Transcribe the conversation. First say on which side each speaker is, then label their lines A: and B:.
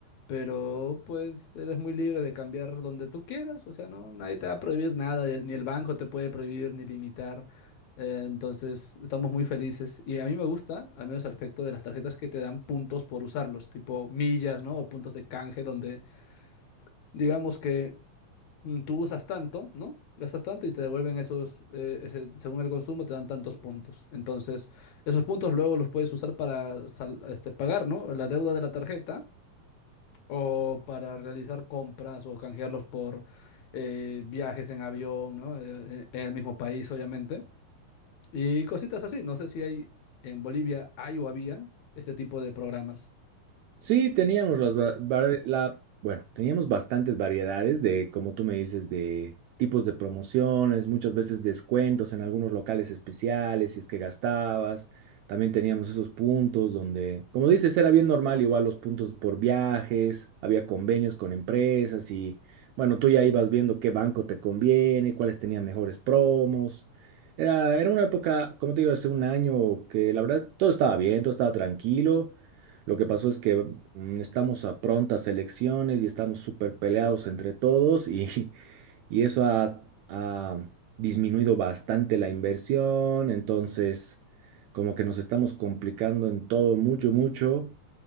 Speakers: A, on the left; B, on the right.
A: pero pues eres muy libre de cambiar donde tú quieras, o sea, no, nadie te va a prohibir nada, y el- ni el banco te puede prohibir ni limitar. eh, entonces, estamos muy felices y a mí me gusta, al menos el aspecto de las tarjetas que te dan puntos por usarlos, tipo millas, ¿no? O puntos de canje, donde digamos que mm, tú usas tanto, ¿no? Gastas tanto y te devuelven esos, eh, ese- según el consumo, te dan tantos puntos. Entonces, esos puntos luego los puedes usar para sal- este, pagar, ¿no? La deuda de la tarjeta o para realizar compras o canjearlos por eh, viajes en avión, ¿no? Eh, en el mismo país, obviamente. Y cositas así. No sé si hay en Bolivia, hay o había este tipo de programas.
B: Sí, teníamos las va- var- la, bueno, teníamos bastantes variedades de, como tú me dices, de tipos de promociones, muchas veces descuentos en algunos locales especiales, si es que gastabas. También teníamos esos puntos donde, como dices, era bien normal, igual los puntos por viajes, había convenios con empresas y, bueno, tú ya ibas viendo qué banco te conviene, cuáles tenían mejores promos. Era, era una época, como te digo, hace un año que la verdad todo estaba bien, todo estaba tranquilo. Lo que pasó es que mm, estamos a prontas elecciones y estamos súper peleados entre todos y, <laughs> y eso ha, ha disminuido bastante la inversión, entonces como que nos estamos complicando en todo mucho, mucho.